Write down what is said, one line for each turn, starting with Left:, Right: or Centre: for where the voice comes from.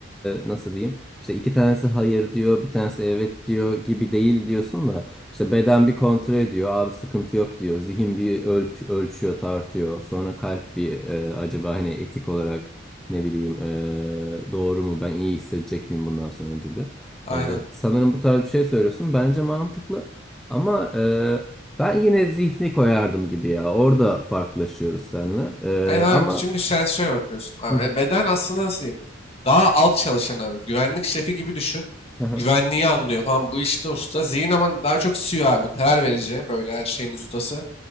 Centre: e, nasıl diyeyim? İşte iki tanesi hayır diyor, bir tanesi evet diyor gibi değil diyorsun da işte beden bir kontrol ediyor. Abi sıkıntı yok diyor. Zihin bir ölç- ölçüyor, tartıyor. Sonra kalp bir e, acaba hani etik olarak ne bileyim e, doğru mu? Ben iyi hissedecek miyim bundan sonra gibi.
Left: Aynen.
Centre: E, sanırım bu tarz bir şey söylüyorsun. Bence mantıklı. Ama e, ben yine zihni koyardım gibi ya. Orada farklılaşıyoruz seninle. Ee,
Left: Evet abi
Centre: ama
Left: çünkü sen şöyle bakıyorsun abi.
Centre: Hı hı.
Left: Beden aslında nasıl diyeyim? Daha alt çalışan abi. Güvenlik şefi gibi düşün.
Centre: Hı hı.
Left: Güvenliği anlıyor falan. Bu işte usta. Zihin ama daha çok CEO abi. Karar verici. Böyle her şeyin ustası.